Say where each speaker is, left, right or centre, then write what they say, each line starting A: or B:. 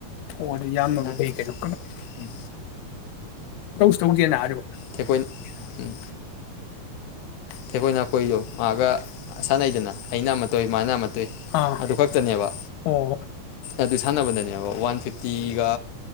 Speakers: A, on the left; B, on the left.
A: ꯍ ꯌꯥꯝꯃ
B: ꯅꯍꯥꯟ
A: ꯐ ꯀ ꯆ
B: ꯎꯝ
A: ꯇꯧꯁ ꯑꯃꯨꯛꯅ ꯍꯥꯏꯔ
B: ꯊꯄꯣꯏ ꯎꯝ ꯊꯦꯛꯈꯣꯏ ꯅꯥꯀꯣꯏꯗꯣ ꯃꯥꯒ ꯁꯥꯟꯅꯩꯗꯅ ꯑꯩꯅ ꯑꯃꯠꯇꯧ ꯃꯥꯅ ꯑꯃ ꯑꯗꯨꯇꯩ
A: ꯑꯥ
B: ꯑꯗꯨ ꯈꯛꯇꯅꯦꯕ
A: ꯑꯣ
B: ꯑꯗꯨ ꯁꯥꯟꯅꯕꯗꯅꯦꯕ ꯋꯥꯟ ꯐꯤꯐꯇꯤꯒ